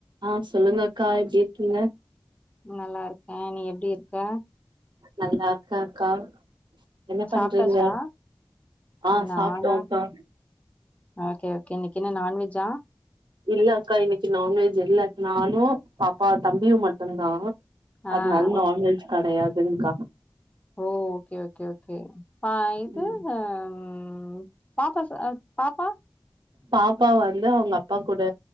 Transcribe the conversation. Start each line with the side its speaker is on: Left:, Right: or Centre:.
Right: ஆ சொல்லுங்க அக்கா எப்டி இருக்கீங்க
Left: நல்லா இருக்கே நீ எப்டி இருக்க
Right: நல்லா இருக்க அக்கா என்ன பண்றீங்க
Left: சாப்ட்டாச்சா?
Right: ஆ
Left: நானா
Right: சாப்டோக்கா
Left: ஓகே ஓகே இன்னிக்கு என்ன நான்வெஜ்ஜா
Right: இல்ல அக்கா இன்னிக்கு நான்வெஜ் இல்ல நானு பாப்பா தம்பியு மட்டுந்தா
Left: ஆ
Right: அதனால
Left: ஓ
Right: நான்வெஜ் கடையாதுங்க்கா
Left: ஓ ஓகே ஓகே ஓகே ஆ இது
Right: ம்
Left: ம் பாப்பா சு அ பாப்பா
Right: பாப்பா வந்து அவங்க அப்பா கூட